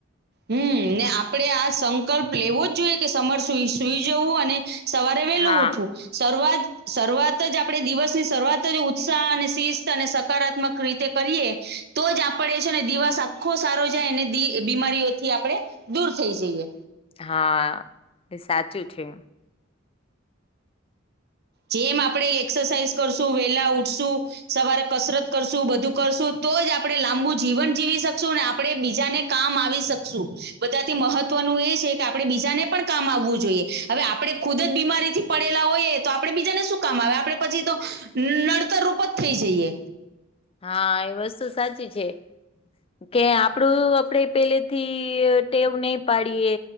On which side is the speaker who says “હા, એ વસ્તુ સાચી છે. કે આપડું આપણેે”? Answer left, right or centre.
Left